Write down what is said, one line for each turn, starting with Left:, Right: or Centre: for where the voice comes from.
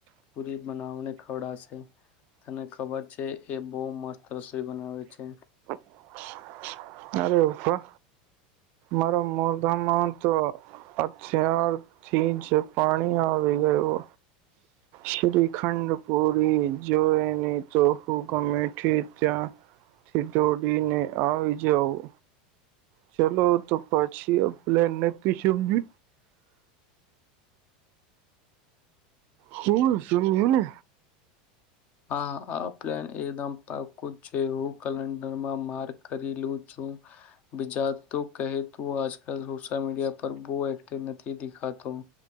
Left: પૂરી બનાવને ખવડાશે તને ખબર છે એે બહુ મસ્ત રસોઈ બનાવે છે
Right: <unintelligible> અરે વા મારા મોઘામાં તો અથ્યાર થી જ પાણી આવી ગયયો શ્રીખંડ પુરી જોઈ નહી તો હું ગમેઠી ત્યાંથી દો બને આ વિજય આવું ચલો તો પછી આ પ્લેન નક્કી સમજુ હું સમમીું ને
Left: હા આ પ્લેન એકદમ પાકું જ છે હું કેલેન્ડરમાં માર્ક કરી લું છું બીજા તો કહે તું આજકાલ સોશિયલ મીડિયા પર બહુ એક્ટિવ નથી દેખાતોું